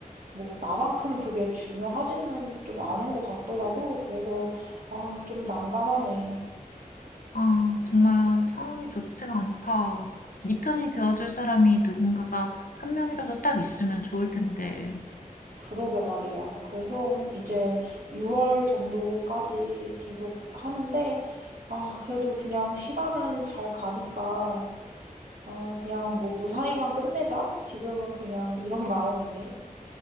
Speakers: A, on the right; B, on the left.
A: 뭐 나만큼 그게 중요하지는 좀 않은 것 같더라고. 그래서, 아, 좀 난감하네.
B: 아, 정말 상황이 좋지가 않다. 네 편이 되어줄 사람이 누군가가 한 명이라도 딱 있으면 좋을 텐데.
A: 그러게 말이야. 그래서 한 이제 6월 정도까지 계속 하는데, 아, 그래도 그냥 시간은 잘 가니까, 아, 그냥 뭐 무사히만 끝내자? 지금은 그냥 이런 <laughs> 마음이네.